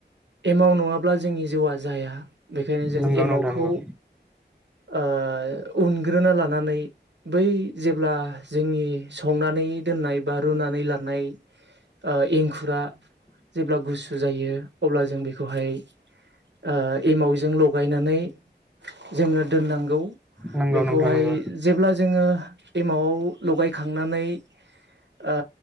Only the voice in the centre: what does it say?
नंगौ
नोंथां नंगौ
नंगौ
नोंथां नंगौ